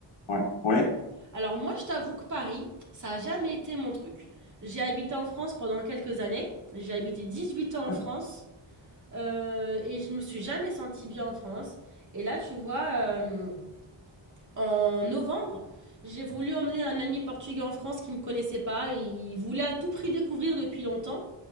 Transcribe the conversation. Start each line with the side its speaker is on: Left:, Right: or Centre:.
Left: Ouais, ouais,
Right: Alors moi, je t'avoue que Paris, ça n'a jamais été mon truc. J'ai habité en France pendant quelques années. J'ai habité dix huit ans
Left: ouais.
Right: en France. euh, et je me suis jamais sentie bien en France. Et là, tu vois, euh, en novembre, j'ai voulu emmener un ami portugais en France qui ne me connaissait pas et il voulait à tout prix découvrir depuis longtemps.